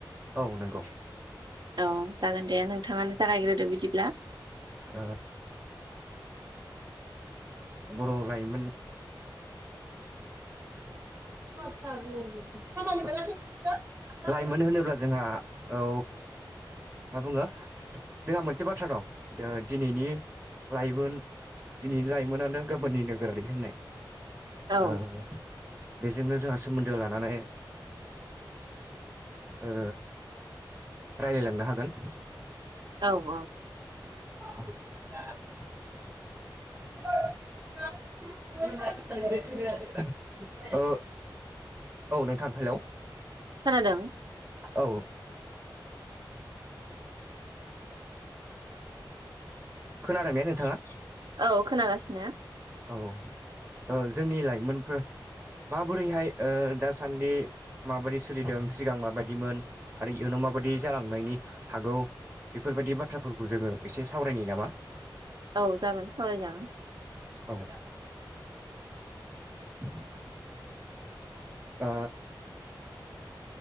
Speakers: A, on the right; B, on the right.
A: औ नंगौ।
B: औ जागोन दे नोंथाङानो जागायग्रोदो बिदिब्ला
A: ओ बर' लाइमोन <unintelligible> लाइमोन होनोब्ला जोंहा औ मा बुङो जोंहा मोनसे बाथ्रा दं ओ दिनैनि लाइमोन दिनैनि लाइमोनानो गाबोननि नोगोरारि होननाय।
B: औ
A: ओ बेजोंनो जोंहा सोमोन्दो लानानै ओ रायलायलांनो हागोन।
B: औ औ।
A: <unintelligible> <unintelligible> ओ औ नोंथां हेलौ।
B: खोनादों
A: औ। खोनादों ने नोंथाङा?
B: औ खोनागासिनो।
A: औ ओ जोंनि लाइमोनफोर माबोरैहाय ओ दासान्दि माबादि सोलिदों सिगां माबादिमोन आरो इयुनाव माबादि जालांनायनि हागौ बेफोरबादि बाथ्राफोरखौ जोङो एसे सावरायनो नामा?
B: औ जागोन सावरायजागोन।
A: औ। <inaudible> ओ।